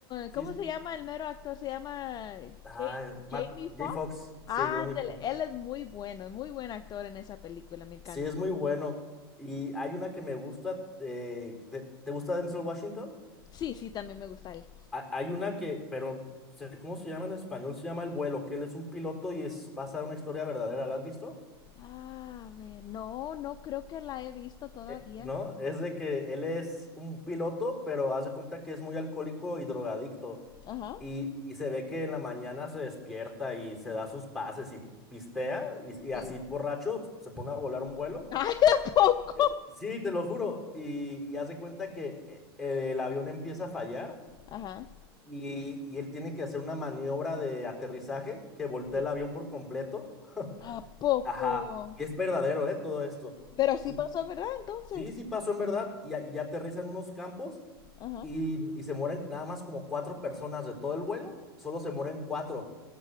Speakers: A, in the centre; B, on the left (about 30°).
A: sí,
B: ¿Cómo
A: sí.
B: se llama el mero actor? Se llama
A: Ah,
B: Ja-
A: Matt,
B: Jamie
A: J.
B: Foxx.
A: Fox, sí,
B: Ah,
A: Jamie
B: ándale,
A: Fox.
B: él es muy bueno, es muy buen actor en esa película, me encantó.
A: Sí, es muy bueno. Y hay una que me gusta, eh, de- ¿te gusta Denzel Washington?
B: Sí, sí, también me gusta él.
A: ha- Hay una que, pero sé cómo se llama en español, se llama El Vuelo, que él es un piloto y es basada en una historia verdadera. ¿La has visto?
B: Ah, a ver, no, no creo que la he visto todavía.
A: Eh, ¿no? Es de que él es un piloto, pero hace cuenta que es muy alcohólico y drogadicto.
B: Ajá,
A: Y, y se ve que en la mañana se despierta y se da sus pases y pistea y, y así
B: sí.
A: borracho se pone a volar un vuelo.
B: <laughs> Ay, ¿a poco?
A: Eh, Sí, te lo juro. Y, y haz de cuenta que eh, el avión empieza a fallar
B: Ajá,
A: y, y él tiene que hacer una maniobra de aterrizaje que voltea
B: sí.
A: el avión por completo. <laughs>
B: ¿A poco?
A: Ajá. Y es verdadero, ¿eh? Todo esto.
B: Pero sí
A: Y
B: pasó, ¿verdad? Entonces.
A: sí, sí pasó en verdad. Y, a- y ya aterrizan unos campos
B: Ajá.
A: y, y se mueren nada más como cuatro personas de todo el vuelo. Solo se mueren cuatro.